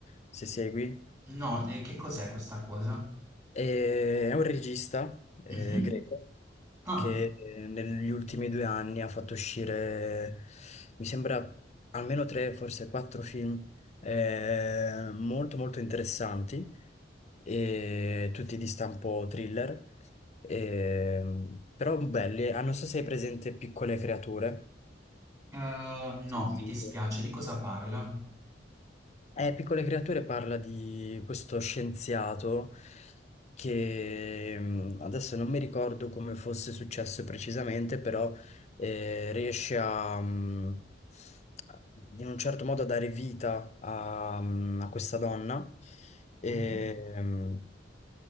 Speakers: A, on the left (about 40°); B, on the right (about 20°).
A: se segui.
B: No, eh, che cos'è questa cosa?
A: E è un regista eh,
B: Mhm.
A: greco
B: Ah,
A: che Mm. eh, negli ultimi due anni ha fatto uscire, mi sembra, almeno tre, forse quattro film eh, molto molto interessanti, e tutti di stampo thriller, e- però belli. eh, Ah, non so se hai presente Piccole creature.
B: eh, no,
A: Sentito.
B: mi dispiace, di cosa parla?
A: Eh, Piccole creature parla di questo scienziato che mm, adesso non mi ricordo come fosse successo precisamente, però eh, riesce a, mm, a- in un certo modo a dare vita a, mm, a questa donna. E,
B: Mhm.
A: mm,